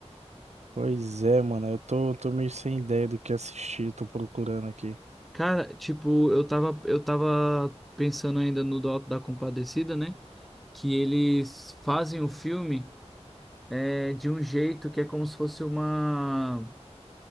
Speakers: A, on the right; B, in the centre.
A: Pois é, mano, eu tô, tô meio sem ideia do que assistir, tô procurando aqui.
B: Cara, tipo, eu tava, eu tava pensando ainda no do Alto da Compadecida, né? Que eles fazem o filme é, de um jeito que é como se fosse uma.